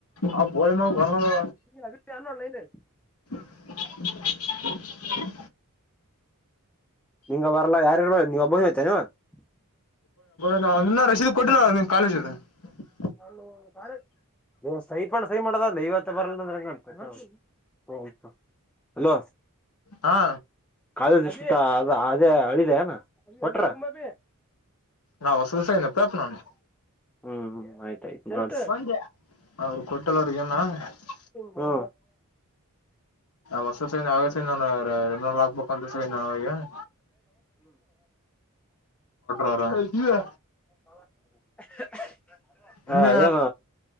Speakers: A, on the left; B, in the centre.
A: ಆ ಬೋಳಿ ಮಗ ಬರ್ನೋದು
B: ಈ ಅ ಅನ್ನೋಡಲ ನ್ಯ್ತು <unintelligible>
A: <inaudible>
B: ನಿಂಗ ಬರಲ್ಲ ಯಾರಾರ ನೀ್ ಒಬ್ಬಿ ಹಯ್ತನ್ವಾ <unintelligible>
A: ನ್ನ ರಸೀದ ಕೊಟ್ಟಿಲ್ಲ ಅವ ನಿಮ್ ಕಾಲೇಜ <unintelligible>
B: ನ ಕ <unintelligible> ದವ ಸೈ ಪಣ ಸೈ ಮಾಡೋದಲ್ಲ ಇವತ್ತ ಬರಲ್ಲ ಅಂದ್ರ ಹೆಂಗ <unintelligible> ಹಲೋ
A: ಹಾ
B: ಕಾಲಷ್ಟ ಅ ಅದೇ ಅಳಿದೆ ಅನ ಹೊಟ್ರ <unintelligible>
A: ನಾ ಹೊಸದು ಸ ಪ್ರಾಪ್ ನಾನು <unintelligible>
B: ಹ್ಮ್ ಹ್ಮ್ ಆಯ್ತಾಯ್ತು ನೋಡ್ರಿ
A: ಬಂದೆ ಅವರು ಕೊಟ್ಟಳ ಅವ್ರ ಏನ <unintelligible>
B: ಹ್ಮ
A: ಹೊರ್ಸ ಸ ಆಗ ನಾನು ಹಾಕ್ಬೇಕು ಅಂತ <unintelligible> ನಾವ ಈಗಟ <unintelligible>
B: ಹೌ <unintelligible> ಹ
A: ಇನ್ನ
B: ಏನ